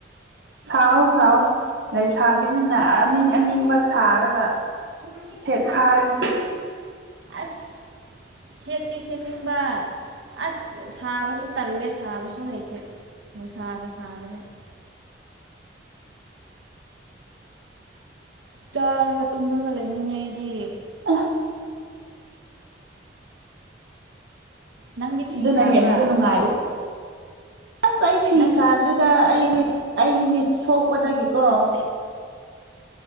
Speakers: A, on the right; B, on the right.
A: ꯁꯥꯎ ꯁꯥꯎ ꯂꯩꯁꯥꯕꯤꯅꯤꯅ ꯑꯅꯤꯡ ꯑꯅꯤꯡꯕ ꯁꯥꯔꯒ ꯁꯦꯠꯈꯥꯏꯌꯣ
B: ꯑꯁ ꯁꯦꯠꯇꯤ ꯁꯦꯠꯅꯤꯡꯕ ꯑꯁ ꯁꯥꯕꯁꯨ ꯇꯜꯂꯦ ꯁꯥꯕꯁꯨ ꯍꯩꯇꯦ ꯅꯨꯡꯁꯥꯒ ꯁꯥꯕꯅꯦ ꯆꯥꯔꯒ ꯇꯨꯝꯃꯒ ꯂꯩꯅꯤꯡꯉꯦ ꯑꯩꯗꯤ
A: <unintelligible>
B: ꯅꯪꯗꯤ ꯐꯤ
A: ꯑꯗꯨꯅ
B: ꯁꯥꯕ꯭ꯔꯥ
A: ꯍꯦꯟꯅꯁꯨ ꯅꯨꯡꯉꯥꯏꯕ ꯑꯁ ꯑꯩ ꯐꯤ
B: ꯅꯪ
A: ꯁꯥꯗꯔꯦꯗ ꯑꯩ ꯃꯤꯠ ꯑꯩꯒꯤ ꯃꯤꯠ ꯁꯣꯛꯄꯗꯒꯤꯀꯣ
B: ꯅꯠꯇꯦ